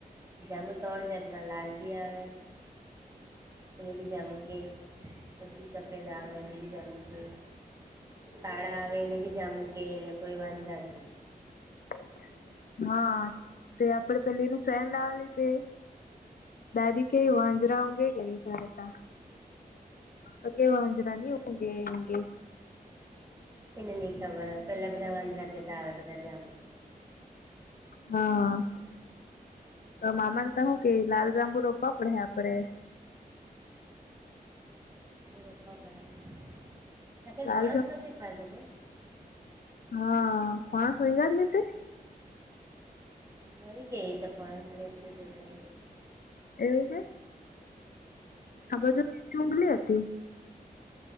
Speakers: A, on the right; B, on the left.
A: જમુ ત્રણ જાતના લાલ બી આવે, એને બી જાંમુ કે પછી સ પેદાવ એ બી જામુ કે. કાળા આવે એને બીજા મૂ કેને કોઈ વાંજરા કેે
B: <unintelligible> હા તે આપડે પેલી એની ફ્રેન્ડ આવેલી તે દાદી કે વાંજરા ંગે કે ન ધરતા અ કેવા અંજરાની હ હે
A: એને નહીં ખબર પેલા બધા વાજરા <inaudible> કતા બધા જ
B: હા. તો મામાને તો હું કે લાલ જાંબુ રોપવા પડે આપડે.
A: રોપવા પડેને. લેકિન
B: લાલ
A: ફણસનો
B: જાંબુ
A: શુ ફાયદો કે?
B: હા. માણસ ઊંઘ્યા જ ની તે
A: મરી ગઈ તો પણસની
B: એવું કે આ બાજુ ઉગલી હતી.